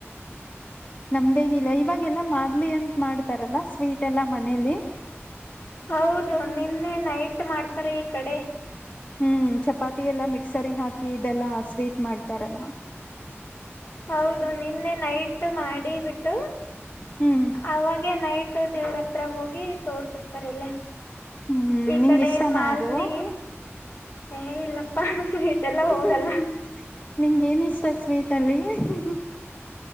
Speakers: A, on the left; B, on the left.
A: <inaudible> ನಮ್ದೇನಿಲ್ಲ ಇವಾಗೆಲ್ಲಾ ಮಾತ್ ಇಡ್ಲಿ ಅಂತ ಮಾಡ್ತಾರಲ್ಲ ಸ್ವೀಟ್ ಎಲ್ಲ ಮನೇಲಿ
B: ಹೌದು ನಿನ್ನೆ ನೈಟ್ ಮಾಡ್ತಾರೆ ಈ ಕಡೆ
A: ಹ್ಮ್ ಚಪಾತಿ ಎಲ್ಲಾ ಮಿಕ್ಸರ್ ಹಾಕಿ ಇದೆಲ್ಲಾ ಸ್ವೀಟ್ ಮಾಡ್ತಾರಲ್ಲಾ
B: ಹೌದು ನಿನ್ನೆ ನೈಟ್ ಮಾಡಿ ಬಿಟ್ಟು
A: ಹ್ಮ್.
B: ಅವಾಗೆ ನೈಟ್ ದೇವ್ರತ್ರ ಹೋಗಿ ತೋರ್ ಬಿಡ್ತಾರಲ್ಲ ಇಲ್ಲೆ.
A: ಹ್ಮ್
B: ಈ
A: ನಿಂಗ
B: ಕಡೆ
A: ಇಷ್ಟನಾ
B: ಮಾಲ್ದಿ
A: ಅದು
B: ಏ ಇಲ್ಲಪ್ಪ ಸ್ವೀಟ್ ಎಲ್ಲ
A: ಹ್ಮ್
B: ಹೋಗಲ್ಲ
A: ಹ್ಮ್ ನಿಂಗೆನ್ ಇಷ್ಟ ಸ್ವೀಟ್ ಅಲ್ಲಿ ಹ್ಮ್ ಹ್ಮು.